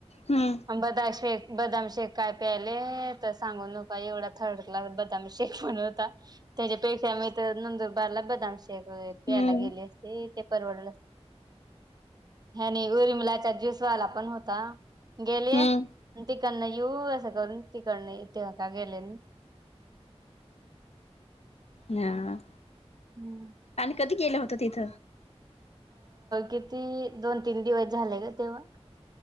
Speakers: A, on the left; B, on the right.
A: हम्म.
B: बदाम शेक बदाम शेक काय प्यायले तर सांगू नका एवढा थर्ड क्लास बदाम शेक म्हणून. त्याच्यापेक्षा मी तर नंदुरबारला बदाम शेक प्यायला
A: हम्म
B: गेले असते. ते परवडल ह्यानी उरिमलाचा ज्यूसवाला पण होता गेले
A: हम्म
B: तिकडन येऊ अस करून तिकडन इथे का गेले
A: हां.
B: हम्म.
A: आणि कधी केल होत तिथ?
B: किती दोन तीन दिवस झाले ग तेव्हा.